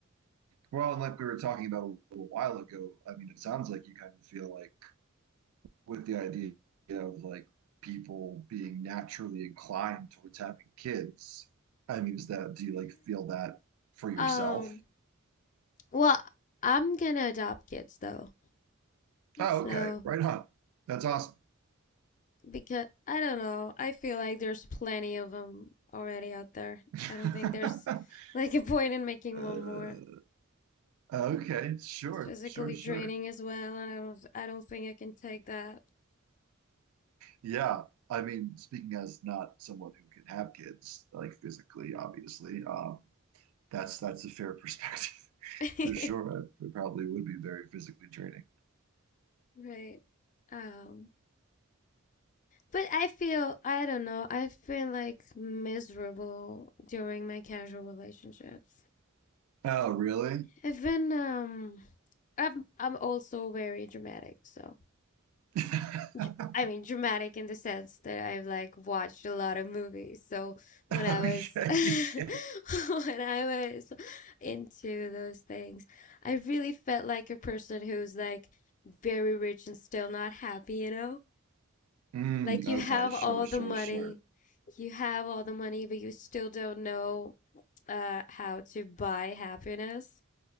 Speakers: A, on the right; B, on the left.
A: Well, and like we were talking about a little while ago, I mean, it sounds like you kind of feel like with the idea of like people being naturally inclined towards having kids. I mean, is that, do you like feel that
B: <laughs>
A: for yourself?
B: um Well, I'm gonna adopt kids though.
A: Oh,
B: So,
A: okay. Right on. That's awesome.
B: because I don't know, I feel like there's plenty of them already out there.
A: <laughs>
B: I don't think there's like a point in making
A: Uh,
B: one more.
A: okay, sure,
B: It's physically
A: sure, sure.
B: draining
A: <laughs>
B: as well, and I don't I don't think I can take that.
A: Yeah. I mean, speaking as not someone who can have kids, like physically, obviously, um, that's that's a fair perspective <laughs>
B: <laughs>
A: for sure. It probably would be very physically draining.
B: Right. Um, but I feel I don't know, I have been like miserable during my casual relationships.
A: Oh, really?
B: I've been um I'm I'm also very dramatic, so
A: <laughs>
B: dr- I mean, dramatic in the sense that I've like watched a lot of movies. So when
A: Okay.
B: I was <laughs> when
A: yeah.
B: I was into those things, I really felt like a person who's like very rich and still not happy, you know?
A: Mm,
B: Like you
A: okay,
B: have
A: sure,
B: all the
A: sure,
B: money,
A: sure.
B: you have all the money, but you still don't know uh how to buy happiness.